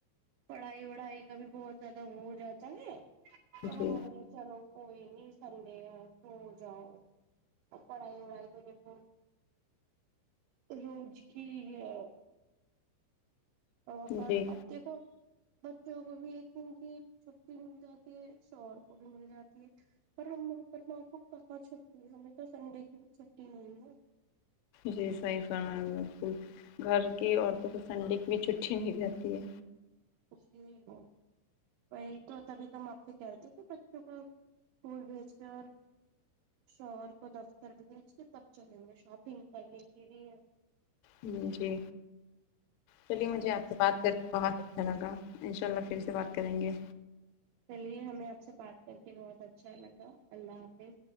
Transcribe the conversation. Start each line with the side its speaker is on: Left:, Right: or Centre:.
Right: پڑھائی وڑھائی کا بھی بہت زیادہ وہ ہو جاتا ہے تو
Left: جی
Right: ہم بولے چلو کوئی نہیں سنڈے آ تو جاؤ پڑھائی وڑھائی کبھی فون روز ٹھیک ہے اور خر
Left: جی
Right: اب دیکھو بچوں کو بھی ایک دن کی چھٹی مل جاتی ہے شوہر کو بھی مل جاتی ہے پر ہم محترمہ کو کہاں چھٹی ہے ہمیں تو سنڈے کی بھی چھٹی نہیں ہے
Left: جی صحیح فرما بالکل گھر کی عورتوں کو سنڈے کی بھی چھٹی نہیں رہتی ہے
Right: کچ نہی وہ وہی تو تبھی تو ہم آپ سے کہتے کہ بچوں کواسکول بھیج کے اور شوہر کو دفتر بھیج کے تب چلیں گے شاپنگ کرنے کے لیے
Left: ہ جی چلیے مجھے
Right: ہاں
Left: آپ سے
Right: جی
Left: بات
Right: جی
Left: بہت اچھالگا ان شاء اللہ پھر سے بات کریں گے
Right: چلیے ہمیں آپ سے بات کر کے بہت اچھا لگا اللہ حافظ